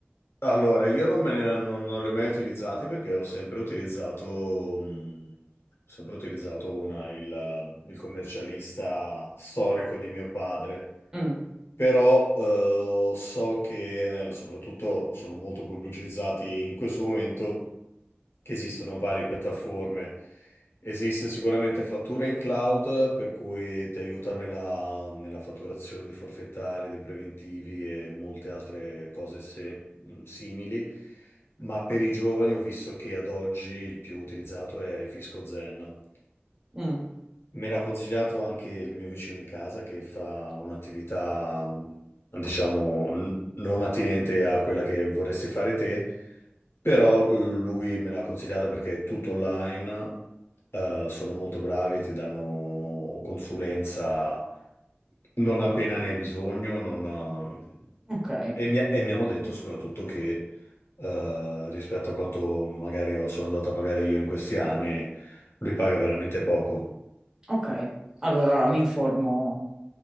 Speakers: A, on the left (about 80°); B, on the right (about 15°).
A: Allora, io non, me ne- non- non li ho mai utilizzati perché ho sempre utilizzato, mh, ho sempre utilizzato una- il, il commercialista storico di mio padre.
B: Mm,
A: Però eh, so che eh, soprattutto sono molto pubblicizzati in questo momento che esistono varie piattaforme. Esiste sicuramente fattura in cloud, per cui ti aiuta nella, nella fatturazione dei forfettari, dei preventivi e molte altre cose se- mh, simili. Ma per i giovani ho visto che ad oggi il più utilizzato è Fisco Zen.
B: mm,
A: Me l'ha consigliato anche il mio vicino di casa che fa un'attività, mh, diciamo, n- non attinente a quella che vorresti fare te però lui me l'ha consigliata perché è tutto online, eh, sono molto bravi, ti danno consulenza non appena ne hai bisogno, non-
B: ok.
A: eh, e, mi, e mi hanno detto soprattutto che eh, rispetto a quanto magari ho- sono andato a pagare io in questi anni, lui paga veramente poco.
B: Ok, allora mi informo